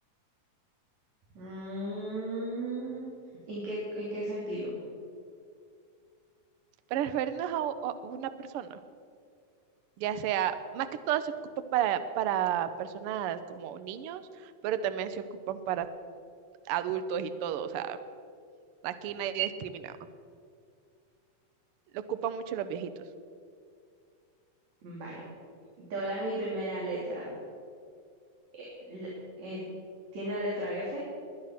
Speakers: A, on the right; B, on the right.
A: Mm, ¿en qué, en qué sentido?
B: para referirnos a, u- a una persona, ya sea, más que todo se ocupa para, para personas como niños, pero también se ocupan para adultos y todo, o sea, aquí nadie discriminaba. Lo ocupan mucho los viejitos.
A: Vaya. Te voy a dar mi primera letra. Eh, le- eh, ¿tiene la letra F?